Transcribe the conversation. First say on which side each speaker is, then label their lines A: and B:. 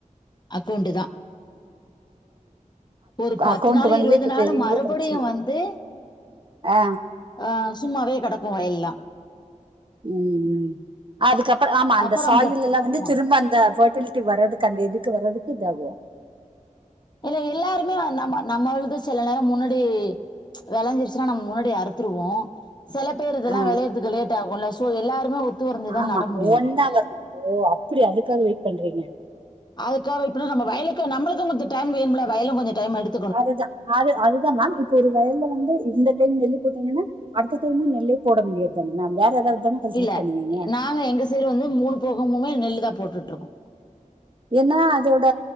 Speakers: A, on the left; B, on the right.
A: அக்கௌண்ட் தா ஒரு பத்து
B: அக்கௌண்ட்
A: நாள்
B: வந்து
A: இருவது
B: இப்ப
A: நாள்
B: பெரிய
A: மறுபடியூ
B: பிரச்சனை
A: வந்து
B: ஆ
A: ஆ சும்மாவே கெடக்கூ வயல்ல்லா
B: ம் ம் அதுக்கப்புறம் ஆமா அந்த
A: அப்பறம்
B: சாயில்ல்லா வந்து
A: ஆமா
B: திரும்ப அந்த பெர்டிலிட்டி வர்றதுக் அந்த இதுக்கு வரதுக்கு இதாகூ
A: இல்ல எல்லாருமே நம்ம நம்மளுது சில நேரோ முன்னாடி வெளஞ்சிருச்சுன்னா நம்ம முன்னாடி அறுத்துருவோ செல பேர் இதெல்லா
B: ஆ,
A: வெளையறதுக்கு லேட் ஆகுன்ல சோ எல்லாருமே ஒத்து வரஞ்சிதா
B: ஆமா
A: நடமுடியூ
B: ஒன் ஹவர் தான் ஓ அப்படிய அதுக்காக வெயிட் பண்றீங்க
A: அதுக்காக இப்ப நம் வயலக்கூ நம்மளுகூ கொஞ்சோ டைம் வேணும்ல்ல வயலும் கொஞ்சோ டைம் எடுத்
B: அதுதா அது அதுதா மேம் இப்ப ஒரு வயல்ல வந்து இந்த டைம் நெல்லு போட்டீங்கன்னா அடுத்த டைமும் நெல்லே போட முடியாது தானே மேம் வேற ஏதாவது தானே கல்டிவேட்
A: இல்ல
B: பண்ணுவீங்க
A: நாங்க எங்க சைடு வந்து மூணு போகமுமே நெல்லுதா போட்டுட்டு இருக்கோ
B: ஏன்னா அதோட